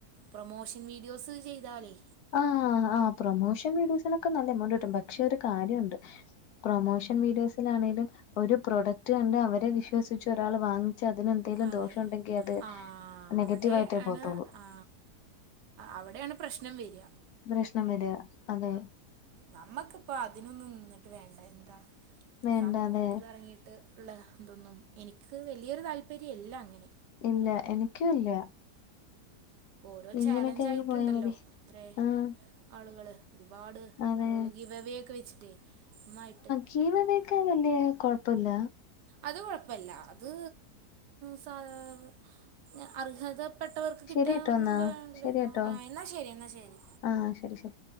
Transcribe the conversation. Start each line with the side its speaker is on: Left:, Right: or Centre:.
Right: പ്രൊമോഷൻ വീഡിയോസ് ചെയ്താലെ
Left: ആഹ ആഹ് ആ പ്രൊമോഷൻ വീഡിയോസിനൊക്കെ നല്ല എമൗണ്ട് കിട്ടും പക്ഷെ ഒരു കാര്യമുണ്ട് പ്രൊമോഷൻ വീഡിയോസിലാണെങ്കിലും ഒരു പ്രൊഡക്റ്റ് കണ്ട് അവരെ വിശ്വസിച്ച് ഒരാൾ വാങ്ങി ച്ച് അതിന് എന്തേലും
Right: അതെ
Left: ദോഷം ഉണ്ടെങ്കിൽ അത്
Right: ആ
Left: നെഗറ്റീവ്
Right: അവിടെ
Left: ആയിട്ടേ
Right: ആണ്
Left: പോത്തോള്ളൂ
Right: ആ അവിടെയാണ് പ്രശ്നം വരിക
Left: പ്രശ്നം വരിക അതെ
Right: നമ്മക്കിപ്പം അതിനൊന്നും നിന്നിട്ട് വേണ്ട എന്താ
Left: വേണ്ട
Right: സമൂഹത്ത്
Left: അതെ
Right: കറങ്ങീട്ട് ഉള്ള ഇതൊന്നും എനിക്ക് വലിയൊരു താല്പര്യല്ല അങ്ങനെ
Left: ഇല്ല എനിക്കും ഇല്ല
Right: ഇപ്പൊ ഓരോ
Left: ഇങ്ങനെയൊക്കെ
Right: ചാലഞ്ച്
Left: അങ്ങ്
Right: ആയിട്ടുണ്ടല്ലോ
Left: പോയാ മതി
Right: ഇത്രേ
Left: ആഹ്
Right: ആളുകള് ഒരുപാട്
Left: അതെ
Right: ആളുകള് ഗീവെവേക്കെ വെച്ചിട്ടേ നന്നായിട്ട്
Left: ഗീവെവേക്കെ നല്ലയാ കൊഴപ്പില്ല
Right: അത് കുഴപ്പില്ല അത് സ <unintelligible> അർഹത പെട്ടവർക്ക് <unintelligible>
Left: ശരിട്ടോ എന്നാ ശരിട്ടോ
Right: എന്നാ ശരി എന്നാ ശരി
Left: ആഹ് ശരി ശരി